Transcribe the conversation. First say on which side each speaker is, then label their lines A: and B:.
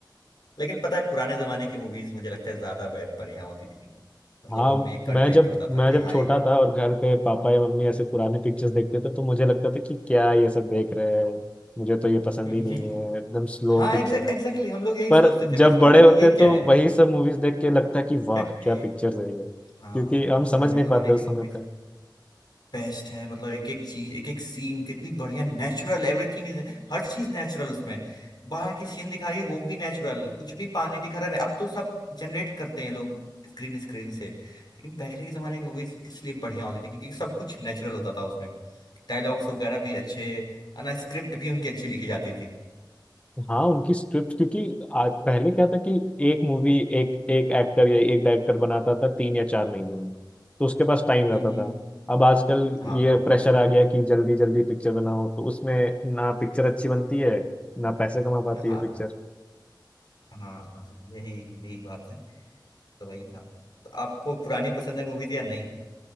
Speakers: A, on the left (about 65°); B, on the left (about 15°).
A: लेकिन पता है पुराने जमाने की मूवीज मुझे लगता है ज्यादा बे- बढ़िया होती थी मतलब
B: हाँ
A: उनमें एक कंटेंट
B: मैं जब
A: होता था
B: मैं
A: कि
B: जब
A: हाँ
B: छोटा था और घर पे पापा या मम्मी ऐसे पुराने पिक्चर्स देखते थे तो मुझे लगता था कि क्या ये सब देख रहे हैं मुझे तो ये पसंद
A: <laughs>
B: ही नहीं है एकदम स्लो
A: हाँ
B: पिक्चर
A: एग्जैक्ट
B: है
A: एग्जैक्टली हम लोग यही
B: पर
A: सोचते थे
B: जब
A: बचपन
B: बड़े
A: में कि
B: होते
A: ये
B: तो
A: क्या है
B: वही सब मूवीज देख के लगता है कि वाह
A: <laughs>
B: क्या पिक्चर है ये
A: हाँ
B: क्योंकि हम
A: पुराने
B: समझ नहीं
A: जमाने
B: पाते
A: की
B: उस
A: मूवीज
B: समय पे
A: बेस्ट है मतलब एक एक चीज एक एक सीन कितनी बढ़िया नेचुरल एवरीथिंग इज हर चीज नेचुरल उसमें बाहर की सीन दिखा रही है वो भी नेचुरल कुछ भी पानी दिखा रहा है अब तो सब जनरेट करते हैं लोग स्क्रीन स्क्रीन से लेकिन पहले के जमाने की मूवीज इसलिए बढ़िया होती थी क्योंकि सब कुछ नेचुरल होता था उसमें डायलॉग्स वगैरह भी अच्छे है ना स्क्रिप्ट भी उनकी अच्छी लिखी जाती थी
B: हाँ उनकी स्क्रिप्ट क्योंकि आज पहले क्या था कि एक मूवी एक एक एक्टर या एक डायरेक्टर बनाता था तीन या चार महीने में तो उसके पास टाइम
A: हम्म
B: रहता
A: हम्म
B: था अब आजकल
A: हाँ
B: ये प्रेशर आ गया कि जल्दी जल्दी पिक्चर बनाओ तो उसमें ना पिक्चर अच्छी बनती है ना पैसे कमा पाती
A: हाँ
B: है पिक्चर
A: हाँ हाँ यही यही बात है तो वही था तो आपको पुरानी पसंद है मूवीज या नहीं